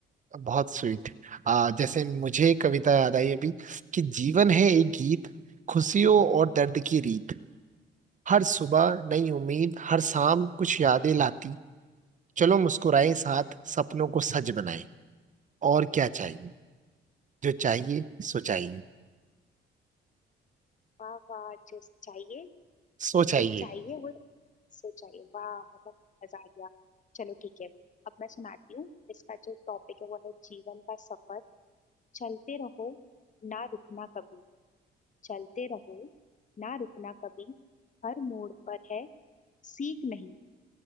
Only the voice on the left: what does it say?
वाह वाह जो चाहिए
जो चाहिए वो सो चाहिए वाह मतलब मजा आ गया चलो ठीक है अब मैं सुनाती हूँ इसका जो टॉपिक है वो है जीवन का सफर चलते रहो ना रुकना कभी चलते रहो ना रुकना कभी हर मोड़ पर है सीख नहीं